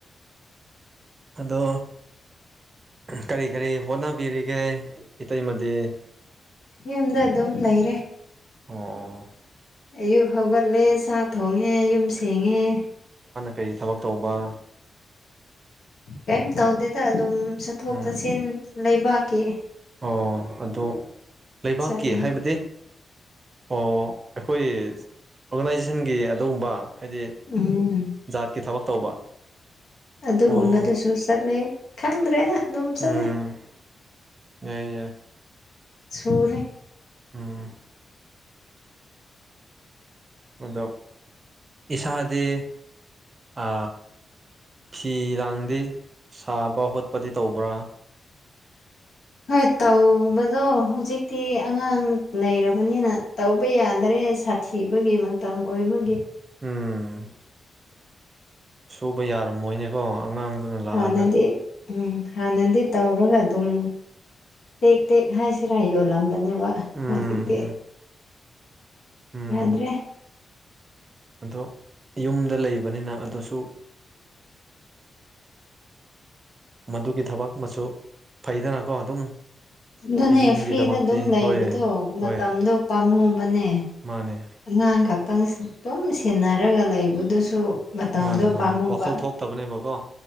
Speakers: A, on the right; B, on the left.
A: ꯑꯗꯣ ꯀꯔꯤ ꯀꯔꯤ ꯍꯣꯠꯅꯕꯤꯔꯤꯒꯦ ꯏꯇꯩꯃꯗꯤ
B: ꯌꯨꯝꯗ ꯑꯗꯨꯝ ꯂꯩꯔꯦ
A: ꯑ
B: ꯑꯌꯨꯛ ꯍꯧꯒꯠꯂꯦ ꯆꯥꯛ ꯊꯣꯡꯉꯦ ꯌꯨꯝ ꯁꯦꯡꯉꯦ
A: ꯀꯩ ꯊꯕꯛ ꯇꯧꯕ
B: ꯀꯩꯝ ꯇꯧꯗꯦꯗ ꯑꯗꯨꯝ ꯆꯠꯊꯣꯛ
A: ꯎꯝ
B: ꯆꯠꯁꯤꯟ ꯂꯩꯕꯥꯛꯀꯤ
A: ꯑꯣ ꯑꯗꯣ ꯂꯩꯕꯥꯛꯀꯤ
B: ꯆꯠꯂꯤ
A: ꯍꯥꯏꯕꯗꯤ ꯑꯣ ꯑꯩꯈꯣꯏ ꯑꯣꯒꯅꯥꯏꯖ ꯄꯁꯤꯟꯒꯤ ꯑꯗꯨꯒꯨꯝꯕ ꯍꯥꯏꯗꯤ
B: ꯎꯝ
A: ꯖꯥꯠꯀꯤ ꯊꯕꯛ ꯇꯧꯕ
B: ꯑꯗꯨꯗ
A: ꯑꯣ
B: ꯑꯣꯝꯕꯗꯨ ꯁꯨꯁꯂꯦ ꯈꯪꯗ꯭ꯔꯦꯗ ꯑꯗꯨꯝ ꯆꯂ
A: ꯎꯝ ꯌꯥꯏ ꯌꯥꯏ
B: ꯁꯨꯔꯣꯔ
A: ꯎꯝ ꯑꯗ ꯏꯁꯥꯗꯤ ꯑ ꯐꯤ ꯂꯥꯡꯗꯤ ꯁꯥꯕ ꯈꯣꯠꯄꯗꯤ ꯇꯧꯕ꯭ꯔꯥ
B: <inaudible> ꯍꯣꯏ ꯇꯧꯕꯗꯣ ꯍꯧꯖꯤꯛꯇꯤ ꯑꯉꯥꯡ ꯂꯩꯔꯕꯅꯤꯅ ꯇꯧꯕ ꯌꯥꯗ꯭ꯔꯦ ꯦ ꯁꯥꯊꯤꯕꯒꯤ ꯃꯇꯝ ꯑꯣꯏꯕꯒꯤ
A: ꯎꯝ ꯁꯨꯕ ꯌꯥꯔꯝꯃꯣꯏꯅꯦꯀꯣ ꯑꯉꯥꯡꯗꯨꯅ ꯂꯥꯛꯑꯒ
B: ꯍꯥꯟꯅꯗꯤ ꯎꯝ ꯍꯥꯟꯅꯗꯤ ꯇꯧꯔꯒ ꯑꯗꯨꯝ ꯇꯦꯛ ꯇꯦꯛ ꯍꯥꯏꯁꯤꯔꯥ ꯌꯣꯜꯂꯝꯕꯅꯤ ꯕ
A: ꯎꯝ
B: ꯍꯀꯗꯦ
A: ꯎꯝ ꯎꯝ
B: ꯌꯥꯗ꯭ꯔꯦ
A: ꯑꯗꯣ ꯌꯨꯝꯗ ꯂꯩꯕꯅꯤꯅ ꯑꯗꯨꯁꯨ ꯃꯗꯨꯒꯤ ꯊꯕꯛ ꯃꯆꯨ ꯐꯩꯗꯅꯀꯣ ꯑꯗꯨꯝ
B: ꯑꯗꯨꯅꯦ
A: ꯏꯃꯨꯡꯒꯤꯗꯃꯛꯇꯤ
B: ꯐ꯭ꯔꯤꯗ ꯑꯗꯨꯝ ꯂꯩꯕꯗꯣ
A: ꯍꯣꯏ
B: ꯃꯇꯝꯗꯣ
A: ꯍꯣꯏ
B: ꯄꯥꯝꯃꯨꯕꯅꯦ
A: ꯃꯥꯅꯦ
B: ꯑꯉꯥꯡ ꯈꯛꯇꯪ ꯑꯗꯨꯝ ꯁꯦꯟꯅꯔꯒ ꯂꯩꯕꯗꯨꯁꯨ ꯃꯇꯝꯗꯣ
A: ꯃꯥꯅꯦ ꯃꯥꯅꯦ
B: ꯄꯥꯝꯃꯨꯕ
A: ꯋꯥꯈꯜ ꯊꯣꯛꯇꯕꯅꯦꯕꯀꯣ